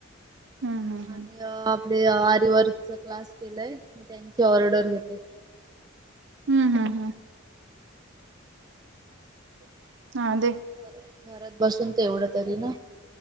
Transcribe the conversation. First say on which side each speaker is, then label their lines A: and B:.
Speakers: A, on the right (about 60°); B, on the right (about 20°).
A: हम्म हम्म हम्म
B: आणि आप आरवर्क क्लास केलाय मग त्यांची ऑर्डर घेते
A: हम्म हम्म हम्म हा दे
B: घरात घरात बसून ते एवढं तरी ना